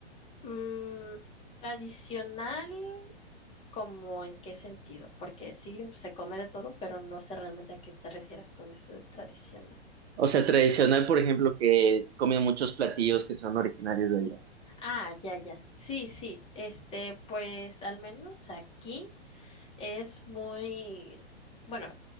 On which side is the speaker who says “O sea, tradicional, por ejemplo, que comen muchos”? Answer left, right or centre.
Right